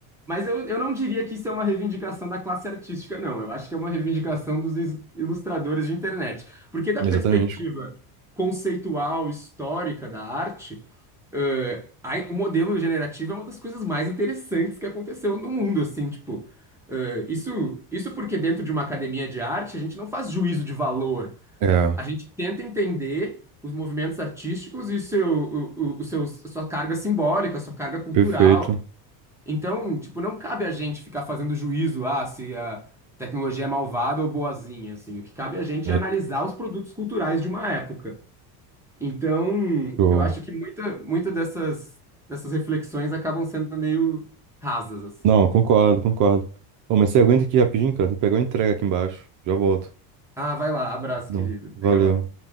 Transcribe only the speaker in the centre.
mas eu, eu não diria que isso é uma reivindicação da classe artística, não. Eu acho que é uma reivindicação dos is- ilustradores de internet. Porque da
perspectiva conceitual, histórica da arte, eh, ai- o modelo generativo é uma das coisas mais interessantes que aconteceu no mundo, assim, tipo... eh, isso, isso porque dentro de uma academia de arte, a gente não faz juízo de valor.
A gente tenta entender os movimentos artísticos e seu, o, o, o seus- a sua carga simbólica, a sua carga cultural,
então, tipo, não cabe a gente ficar fazendo juízo, ah, se a tecnologia é malvada ou boazinha, assim. O que cabe a gente
é analisar os produtos culturais de uma época. Então,
eu acho que muita, muita dessas, dessas reflexões acabam sendo meio rasas, assim.
Ah, vai lá, abraço,
querido.
Pega lá.